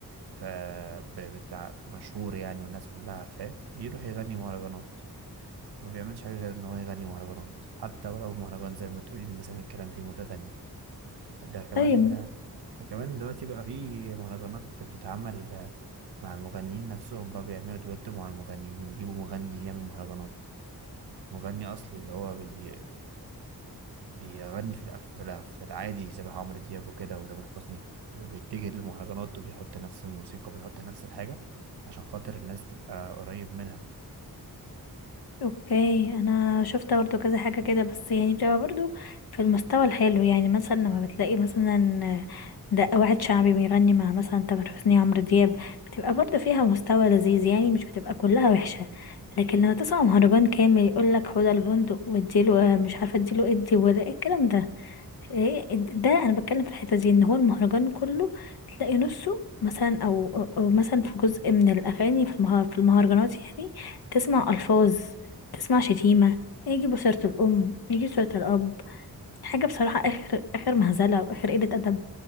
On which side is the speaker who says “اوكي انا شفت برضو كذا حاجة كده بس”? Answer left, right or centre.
Left